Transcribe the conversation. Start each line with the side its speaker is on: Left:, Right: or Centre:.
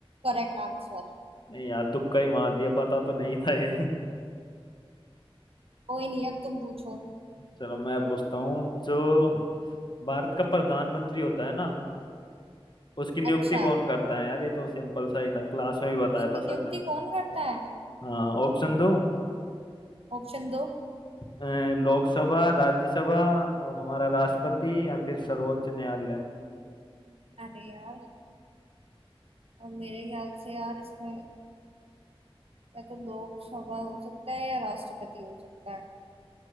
Right: Correct answer
Left: नहीं यार तुक्का ही मार दिया पता तो नहीं था ये <laughs>
Right: कोई नहीं अब तुम पूछो
Left: चलो मैं पूछता हूँ जो भारत का प्रधानमंत्री होता है ना उसकी नियुक्ति
Right: अच्छा
Left: कौन करता है यार ये तो सिंपल सा ही था क्लास में भी बताया
Right: इसकी
Left: था सर
Right: नियुक्ति
Left: ने
Right: कौन करता है
Left: हाँ ऑप्शन दो
Right: ऑप्शन दो
Left: अ, लोकसभा राज्यसभा और हमारा राष्ट्रपति या फिर सर्वोच्च न्यायालय
Right: अरे यार अब मेरे ख्याल से यार इसमें या तो लोकसभा हो सकता है या राष्ट्रपति हो सकता है